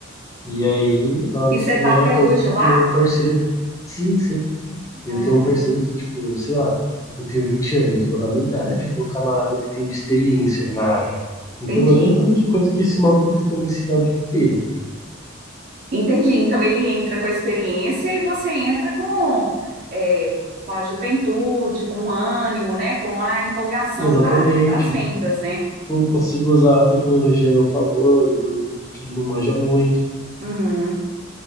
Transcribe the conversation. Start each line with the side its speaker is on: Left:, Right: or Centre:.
Left: E aí, a
Right: E você está
Left: melhor
Right: até
Left: coisa
Right: hoje
Left: é que
Right: lá?
Left: eu tenho um parceiro. Sim, sim. E
Right: Ah,
Left: eu tenho um parceiro que, tipo, sei lá, eu tenho 20 anos, eu- a minha idade, e o camarada ele tem de experiência na área. Então
Right: entendi.
Left: imagina o tanto de coisa que esse maluco tem pra me ensinar o dia inteiro.
Right: Entendi. Então ele entra com a experiência e você entra com, é, com a juventude, com o ânimo, né? Com a empolgação
Left: Exatamente.
Right: da- das vendas, né?
Left: Eu consigo usar a tecnologia a meu favor, entendeu? Coisa que ele não manja muito.
Right: Uhum.